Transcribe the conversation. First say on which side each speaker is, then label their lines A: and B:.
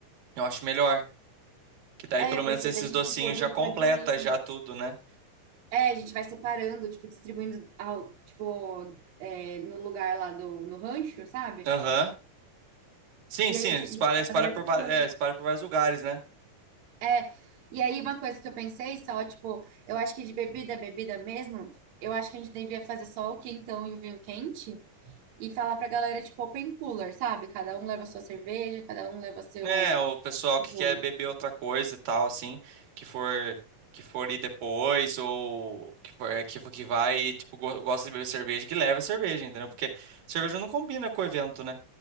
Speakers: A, on the right; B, on the right.
A: Eu acho melhor. Que daí
B: É,
A: pelo
B: porque
A: menos esses
B: daí,
A: docinhos
B: tipo, a gente
A: já completa
B: pode...
A: já tudo, né?
B: É, a gente vai separando, tipo, distribuindo, ao, tipo, é, no lugar lá do, no rancho, sabe?
A: Aham. Sim,
B: E
A: sim,
B: a gente,
A: espalha,
B: e a
A: espalha
B: galera vai
A: por, va-
B: pegando.
A: é, espalha por vários lugares, né?
B: É, e aí uma coisa que eu pensei só, tipo, eu acho que de bebida, bebida mesmo, eu acho que a gente devia fazer só o quentão e o vinho quente e falar pra galera, tipo, open cooler, sabe? Cada um leva a sua cerveja, cada um leva seu...
A: É, o pessoal
B: tipo,
A: que quer beber outra coisa e tal, assim, que for que for ir depois ou que for é, que, que vai, tipo, go- gosta de beber cerveja, que leva a cerveja, entendeu? Porque cerveja não combina com o evento, né?